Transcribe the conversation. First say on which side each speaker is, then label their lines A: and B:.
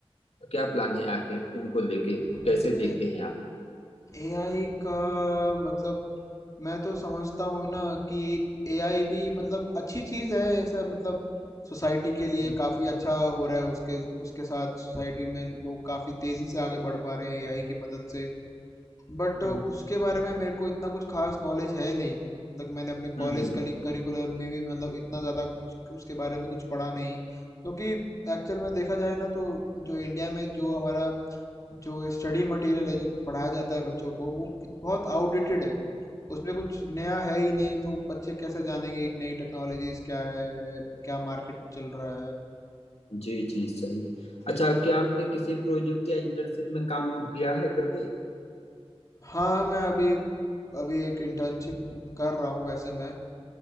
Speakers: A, on the left; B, on the left.
A: क्या प्लान है आखिर इनको लेके
B: हम्म,
A: कैसे देखते हैं आप
B: एआई का मतलब मैं तो समझता हूँ ना कि एआई भी मतलब अच्छी चीज़ है ऐसा मतलब सोसाइटी के लिए
A: हम्म,
B: काफ़ी अच्छा हो रहा है उसके उसके साथ सोसाइटी में लोग काफ़ी तेज़ी से आगे बढ़ पा रहे हैं एआई की मदद से बट
A: हम्म,
B: उसके बारे में मेरे को इतना कुछ खास नॉलेज है नहीं मतलब कि मैंने अपने कॉलेज
A: हम्म।
B: करिकुलम में भी मतलब इतना ज़्यादा उस, उसके बारे में कुछ पढ़ा नहीं क्योंकि एक्चुअल में देखा जाए ना तो जो इंडिया में जो हमारा जो स्टडी मटेरियल है जो पढ़ाया जाता है बच्चों को वो कि- बहुत आउटडेटेड है उसमें कुछ नया है ही नहीं तो बच्चे कैसे जानेंगे कि नई टेक्नोलॉजीज क्या है क्या मार्केट में चल रहा है
A: जी जी जी सही है अच्छा क्या आपने किसी प्रोजेक्ट या इंटर्नशिप में काम वाम किया है कभी
B: हाँ मैं अभी अभी एक इंटर्नशिप कर रहा हूँ वैसे मैं